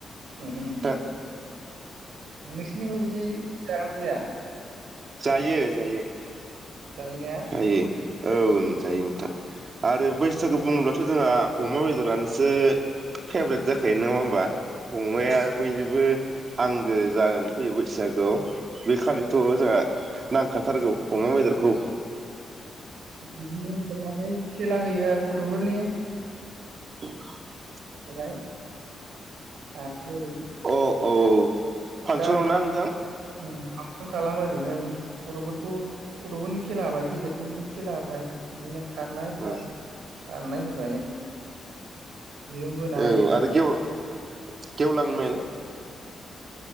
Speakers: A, on the right (about 85°); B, on the right (about 45°).
A: उम उम
B: नोंथां
A: नोंसिनिबो बिदि जागोन गैया
B: जायो जायो
A: जायो ना
B: जायो औ जायो नोंथां आरो बैसागु बुङोल्बाथ' जोंहा अमा बेदरानोसो फेभ्रेट जाखायो नङा होनोमबा अमाया
A: ओ
B: बै बो आंगो जानानै फैबाय बैसागुआव बे खालिथ' जोंहा नांखाथारगौ अमा बेदरखौ
A: बिदिनो जाबाय खेला होयो गथ'फोरनि
B: <inaudible>
A: <inaudible> आ ओरै
B: अ औ फांसनाव
A: गामि
B: ना नोंथां?
A: उम फांसन खालामो ओरैनो गथ'फोरखौ गथ'फोरनि खेला होबाय गेदेरफोरनिबो खेला होबाय बिदिनो खारनाय
B: औ
A: बार बारनाय होबाय दिरुं बोनाय
B: औ आरो गेव गेवलां मेल